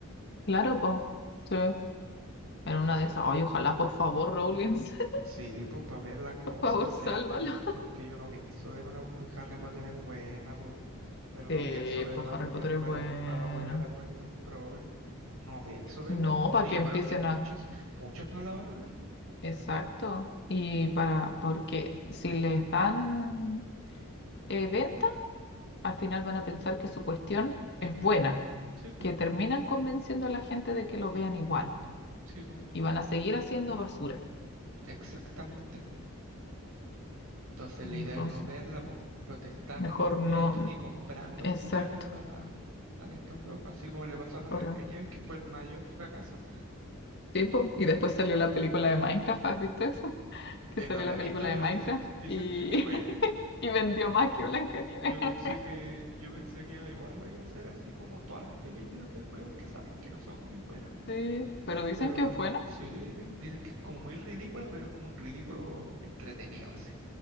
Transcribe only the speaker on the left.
Claro, po. Sí.
En una de esas. Ay, ojalá, por favor, Rowling, <laughs>
por favor,
sálvalo.
Sí,
pues
Harry Potter es
buena.
No,
para
que
empiecen
a.
Exacto. Y para, porque si les dan eventos al final van a pensar que su cuestión
es
buena,
que terminan convenciendo a la gente de que lo vean igual
y van a seguir haciendo basura.
Entonces,
mejor
no.
Exacto.
Ahora,
sí, po. Y después salió la película de Minecraft, ¿has visto eso? <laughs> Que
salió
la
película
de Minecraft
y,
<laughs> y vendió más que Blancanieves.
<laughs>
Sí, pero dicen
que es buena.